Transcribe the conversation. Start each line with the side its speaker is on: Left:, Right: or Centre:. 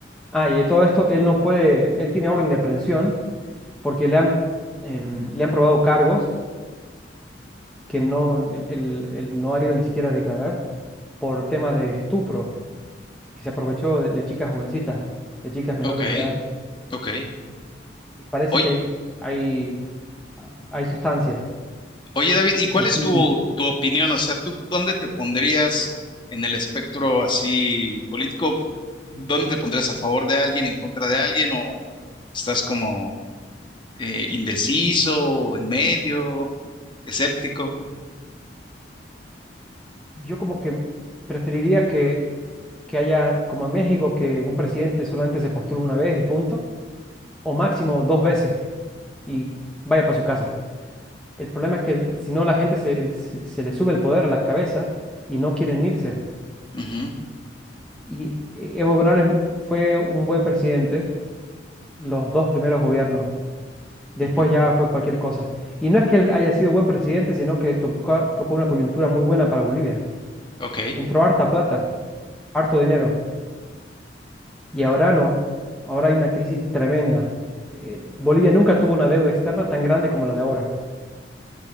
Centre: Ah, y de todo esto, él no puede, él tiene orden de aprehensión porque le han, em, le han probado cargos que no, él, él- él no ha ido ni siquiera a declarar por temas de estupro, que se aprovechó de, de chicas jovencitas, de chicas menores
Left: ok,
Centre: de edad.
Left: ok.
Centre: Y parece
Left: Oye,
Centre: que hay, hay, hay sustancias
Left: Oye, David, ¿y cuál
Centre: que
Left: es
Centre: sí,
Left: tu, tu opinión? O sea, ¿tú dónde te pondrías en el espectro así político? ¿Dónde te pondrías a favor de alguien, en contra de alguien? ¿O estás como eh, indeciso, o en medio, escéptico?
Centre: yo como que preferiría que, que haya, como en México, que un presidente solamente se postule una vez y punto, o máximo dos veces y vaya para su casa. El problema es que si no la gente se, se, se le sube el poder a la cabeza y no quieren irse.
Left: Ujú,
Centre: Y eh, Evo Morales fue un buen presidente los dos primeros gobiernos. Después
Left: ujú.
Centre: ya fue cualquier cosa. Y no es que él haya sido buen presidente, sino que tocó, tocó una coyuntura muy buena para Bolivia.
Left: Ok.
Centre: Entró harta plata, harto dinero. Y ahora no. Ahora hay una crisis tremenda. Eh, Bolivia nunca tuvo una deuda externa tan grande como la de ahora.